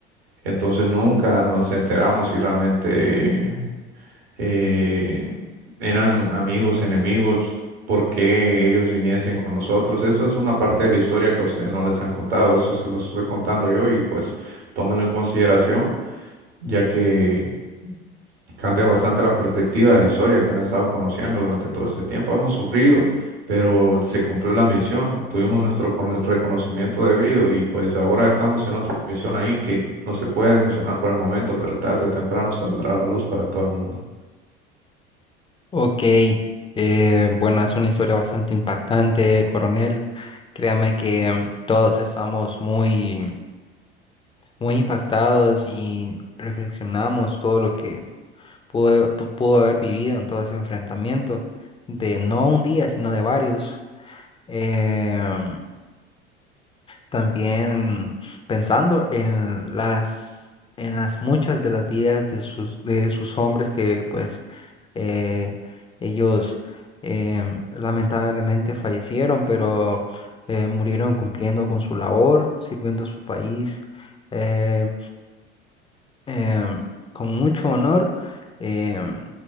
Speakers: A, on the right; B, on the left.
A: Entonces nunca nos enteramos si realmente eh, eran amigos, enemigos, por qué ellos viniesen con nosotros. Esto es una parte de la historia que a ustedes no les han contado, esto se los estoy contando yo y pues tómenlo en consideración, ya que cambia bastante la perspectiva de la historia que han estado conociendo durante todo este tiempo. Hemos sufrido, pero se cumplió la misión, tuvimos nuestro cono- reconocimiento debido y pues ahora estamos en otra misión ahí que no se puede mencionar por el momento, pero tarde o temprano saldrá a la luz para todo el mundo.
B: Ok, eh, bueno, es una historia bastante impactante, coronel. Créame que mm, todos estamos muy, muy impactados y reflexionamos todo lo que pudo, tu- pudo haber vivido en todo ese enfrentamiento, de no un día, sino de varios. Em, también pensando en las, en las muchas de las vidas de sus, de sus hombres que pues eh, ellos em, lamentablemente fallecieron, pero eh, murieron cumpliendo con su labor, sirviendo a su país eh, em, con mucho honor. em,